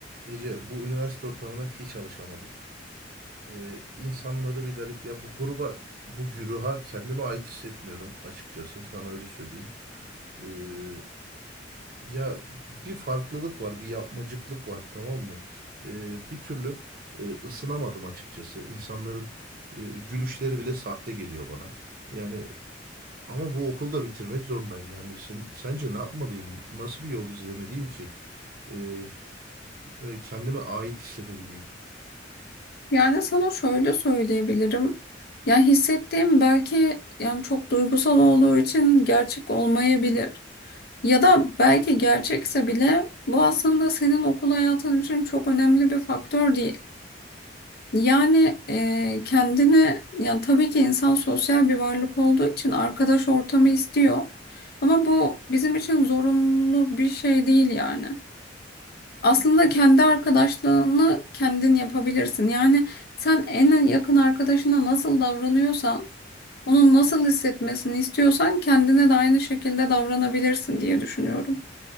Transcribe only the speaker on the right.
Ece bu üniversite ortamına hiç alışamadım. Ee, insanları bir garip ya bu gruba bu güruha kendime ait hissetmiyorum açıkçası sana öyle söyleyeyim. Ee, ya bir farklılık var bir yapmacıklık var tamam mı? Ee, bir türlü e, ısınamadım açıkçası. İnsanların e, gülüşleri bile sahte geliyor bana. Yani ama bu okulu da bitirmek zorundayım. Yani sen, sence ne yapmalıyım? Nasıl bir yol izlemeliyim ki? Ee, ve kendime ait hissedebileyim?